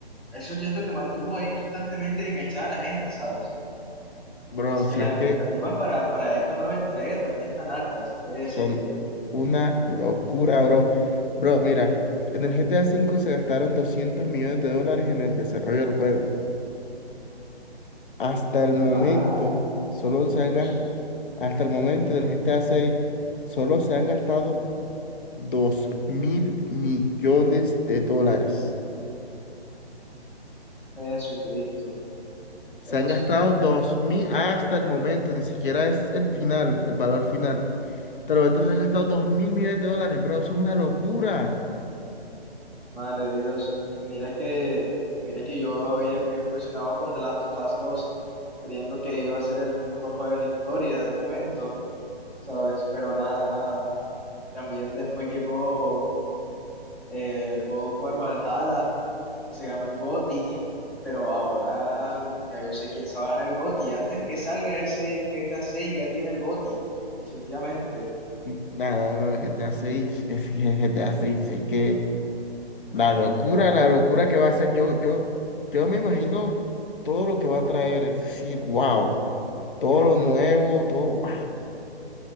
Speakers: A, in the centre; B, on the left (about 55°).
A: eso siento que mantuvo ahí constantemente enganchada a la gente, ¿sabes?
B: bro,
A: Así
B: si
A: que las
B: es
A: expectativas
B: que
A: para, para esta nueva entrega también están altas, es decirlo.
B: son una locura, bro. Bro, mira, en el GTA cinco se gastaron 200 millones de dólares en el desarrollo del juego. Hasta el momento,
A: Vaya
B: solo se
A: Dios,
B: ha gas- hasta el momento del GTA 6, solo se han gastado 2 mil millones de dólares.
A: Jesucristo.
B: Se
A: Jesucristo,
B: han gastado dos mil hasta el momento, ni siquiera es el final, el valor final. Hasta el momento se han gastado 2 mil millones de dólares, bro, eso es una locura.
A: madre de Dios. Y mira que, y mira que yo había quedado impresionado con The Last of Us dos, creyendo que iba a ser el mejor juego de la historia de momento, ¿sabes? Pero nada, nada. También después llegó eh, el God of War Valhalla, que se ganó el GOTY, pero ahora ya yo sé quién se va a ganar el GOTY. Antes que salga ese el GTA seis ya tiene el GOTY, definitivamente.
B: N- Nada, bro, el GTA 6, es que el GTA 6, es que la locura, la locura que va a ser, yo, yo, yo me imagino todo lo que va a traer, es decir, wow. todo lo nuevo, todo, wow,